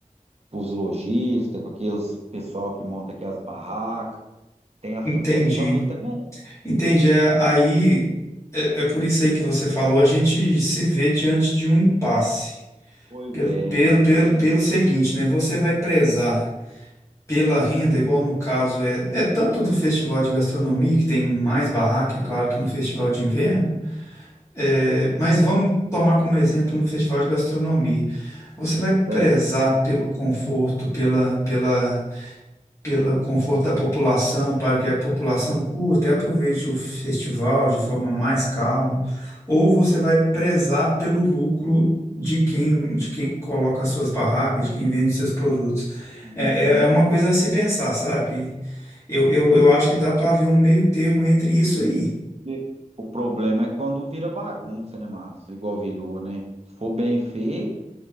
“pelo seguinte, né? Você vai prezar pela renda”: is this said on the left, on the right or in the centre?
Left